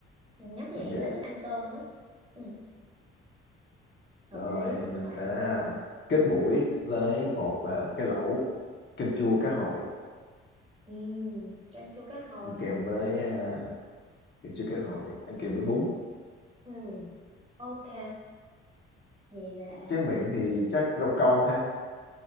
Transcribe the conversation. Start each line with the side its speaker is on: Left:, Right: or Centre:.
Right: thằng nhóc nhà
Left: đúng
Right: em
Left: vậy
Right: nó thích ăn tôm lắm ừ hợp
Left: rồi
Right: lý
Left: thì mình
Right: rồi
Left: sẽ à, kết buổi với một à, cái lẩu canh chua cá hồi
Right: ừ canh chua cá hồi
Left: ăn
Right: hả
Left: kèm với à, thì chưa có hội ăn kèm với bún
Right: ừ ok vậy là
Left: tráng miệng thì chắc rau câu ha